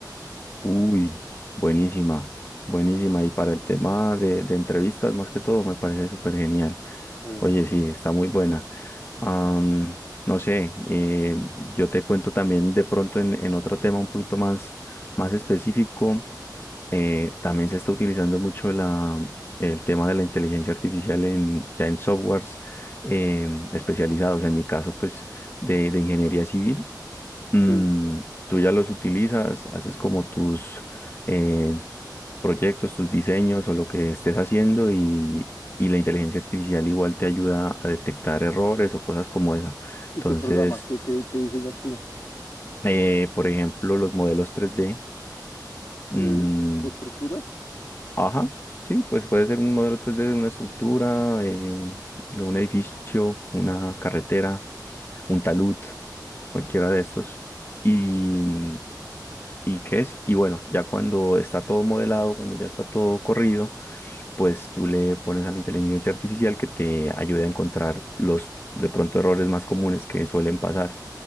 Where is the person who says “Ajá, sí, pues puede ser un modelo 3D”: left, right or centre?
Left